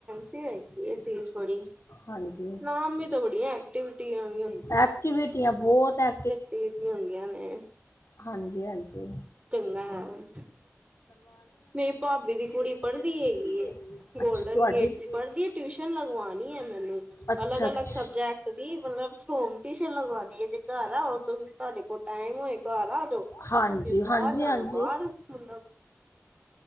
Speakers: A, on the right; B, on the left.
A: ਏ ਤੇ ਹੈਗੀ ਇਹ ਫੀਸ ਬੜੀ।
B: ਹਾਂਜੀ
A: ਨਾਮ ਵੀ ਤਾਂ ਬੜੀਆਂ ਐਕਟੀਵਿਟੀਆਂ ਵੀ
B: ਐਕਟੀਵਿਟੀਆਂ ਬਹੁਤ ਹੈ।
A: ਪੀਟੀਆਂ ਹੁੰਦੀਆਂ ਨੇ।
B: ਹਾਂਜੀ-ਹਾਂਜੀ
A: ਚੰਗਾ ਹੈ। ਮੇਰੀ ਭਾਬੀ ਦੀ ਕੁੜੀ
B: ਬੱਚੇ
A: ਪੜ੍ਹਦੀ ਹੈਗੀ। ਗੋਲਡਨ
B: ਅੱਛਾ ਤੁਹਾਡੀ
A: ਗੇਟ ਚ ਪੜ੍ਹਦੀ ਹੈ ਟਿਊਸ਼ਨ ਟਿਊਸ਼ਨ <unintelligible> ਲਗਵਾਉਣੀ ਹੈ ਮੈਨੂੰ
B: ਅੱਛਾ
A: ਅਲੱਗ-ਅਲੱਗ
B: ਅੱਛ
A: ਸਬਜੈਕਟ ਦੀ ਮਤਲਬ ਹੋਮ ਟਿਊਸ਼ਨ ਲਗਵਾਉਣੀ ਹੈ ਜੇ ਕਾਰ <inaudible> ਤੁਹਾਡੇ ਕੋਲ ਟਾਈਮ ਹੋਏ ਘਰ ਆ ਜਾਓ।
B: ਹਾਂਜੀ
A: ਬਾਹਰ
B: ਹਾਂਜੀ
A: ਜਾਣਾ,
B: ਹਾਂਜੀ
A: ਬਾਹਰ ਮੁੰਡਾ